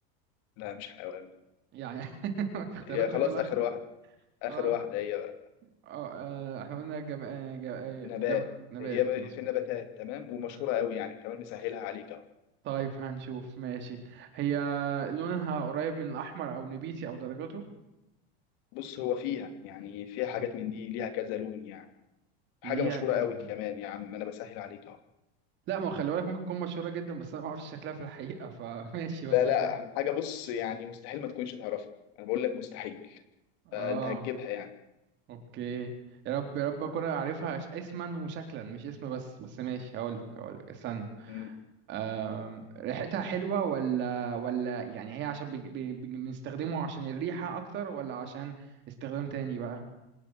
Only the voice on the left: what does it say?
لا مش حيوان
يا خلاص
اخر واحده اخر
واحده هي بقى
نبات
هي م-
في النباتات تمام ومشهوره
قوي يعني كمان مسهلها عليك اهو
بص هو فيها يعني فيها حاجات من دي ليها كذا لون يعني
حاجه مشهوره
قوي
كمان يا عم انا بسهل عليك اهو
لا لا
حاجه بص يعني مستحيل ما تكونش تعرفها انا بقول لك مستحيل
فانت هتجيبها يعني
مم.